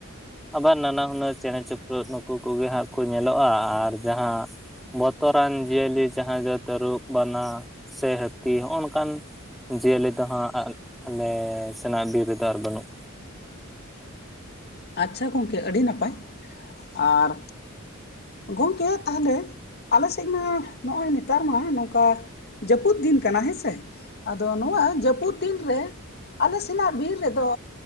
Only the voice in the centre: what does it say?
ᱟᱵᱟᱨ ᱱᱟᱱᱟ ᱦᱩᱱᱟᱹᱨ ᱪᱮᱬᱮ ᱪᱩᱯᱨᱩᱫ ᱱᱩᱠᱩ ᱠᱚᱜᱮ ᱦᱟᱸᱜ ᱠᱚ ᱧᱮᱞᱚᱜ-ᱟ ᱟᱨ ᱡᱟᱦᱟᱸ ᱵᱚᱛᱚᱨᱟᱱ ᱡᱤᱭᱟᱹᱞᱤ ᱡᱟᱦᱟᱸᱭ ᱫᱚ ᱛᱟᱹᱨᱩᱵ ᱵᱟᱱᱟ ᱥᱮ ᱦᱟᱹᱛᱤ ᱦᱚᱸᱜ-ᱚ ᱱᱚᱠᱟᱱ ᱡᱤᱭᱟᱹᱞᱤ ᱫᱚ ᱦᱟᱸᱜ ᱟᱞᱮ ᱥᱮᱱᱟᱜ ᱵᱤᱨ ᱨᱮᱫᱚ ᱟᱨ ᱵᱟᱹᱱᱩᱜ